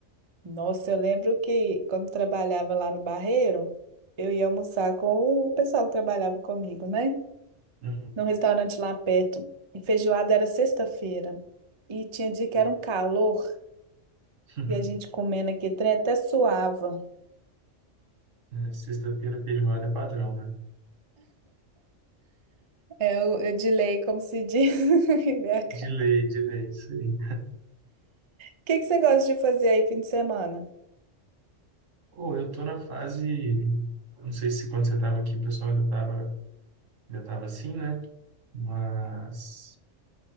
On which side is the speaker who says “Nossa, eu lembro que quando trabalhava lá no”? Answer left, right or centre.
Right